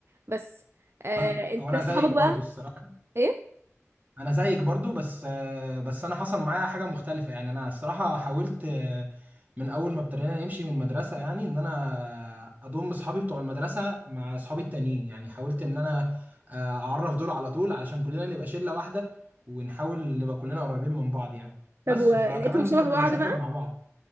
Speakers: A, on the right; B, on the right.
A: بس آه
B: انا
A: انت
B: او انا
A: صحابك
B: زيك برضو
A: بقى
B: الصراحه
A: ايه
B: انا زيك برضو بس آه، بس انا حصل معايا حاجه مختلفه يعني انا الصراحه حاولت آه، من اول ما ابتدينا نمشي من المدرسه يعني ان انا اضم اصحابي بتوع المدرسه مع اصحابي التانيين يعني حاولت ان انا آه، اعرف دول على طول علشان كلنا نبقى شله واحده ونحاول نبقى كلنا قريبين من بعض يعني بس
A: طب ولقيتهم
B: فكمان
A: شبه
B: كنا
A: بعض
B: بنسافر
A: بقى
B: مع بعض